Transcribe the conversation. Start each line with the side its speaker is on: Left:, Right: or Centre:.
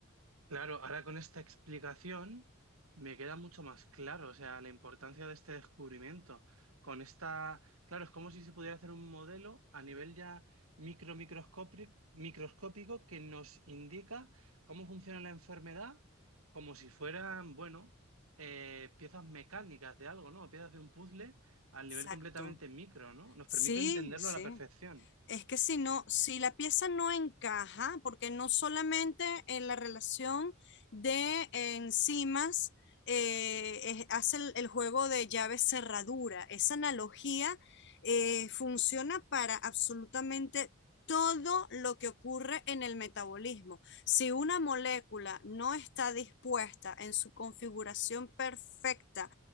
Right: claro, ahora con esta explicación me queda mucho más claro, o sea, la importancia de este descubrimiento. Con esta, claro, es como si se pudiera hacer un modelo a nivel ya micro microscópri- microscópico que nos indica cómo funciona la enfermedad, como si fueran, bueno, eh, piezas mecánicas de algo, ¿no? Piezas de un puzzle al nivel
Left: Exacto.
Right: completamente micro, ¿no? Nos
Left: Sí,
Right: permite entenderlo
Left: sí.
Right: a la perfección.
Left: Es que si no, si la pieza no encaja, porque no solamente en la relación de eh, enzimas eh, es- hace el, el juego de llave cerradura, esa analogía eh, funciona para absolutamente todo lo que ocurre en el metabolismo. Si una molécula no está dispuesta en su configuración perfecta